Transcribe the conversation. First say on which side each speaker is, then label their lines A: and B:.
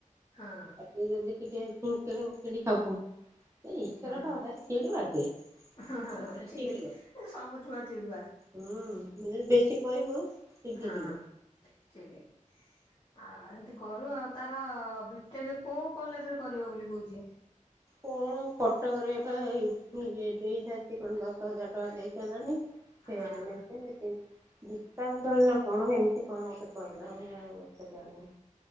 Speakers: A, on the left; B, on the right.
A: ହଁ
B: ତତେ ଯଦି ଟିକେ କୁଙ୍କେନି ମୁଙ୍କେଣି ହବୁ ଏ ଈଶ୍ବରଟା
A: ହଁ
B: ଭାରି ଚିଡୁଆ ଯେ
A: ହଁ ହଁ
B: ଭାରୀ
A: ହଁ ଠିକ
B: ଚିଡୁଆ
A: ଏ ସବୁ ଛୁଆ ଚିଡୁଆ।
B: ହୁଁ ତୁ ଯଦି ବେଶୀ କହିବୁ ଚିଡିଯିବ।
A: ହଁ ଚିଡ଼େ ଆ ହିନ୍ତି କରୁ ଆଉ ତା ହଁ ବିଟେକ କୋଉ କଲେଜରେ କରିବ ବୋଲି କହୁଛି?
B: କଣ କଟକରେ ଏବେ ଦେଇସାରିଚି କଣ ଦଶ ହଜାର ଟଙ୍କା ଦେଇ ସାରିଲାଣି। ଫେରେ
A: ହଁ
B: ନେବେନି କି? ଗୀତାଞ୍ଜଳି ନା କଣ ଏମିତି କଣ ଗୋଟେ କହିଲା ମୁଁ ଆଉ ଏତେ ଜାଣିନି।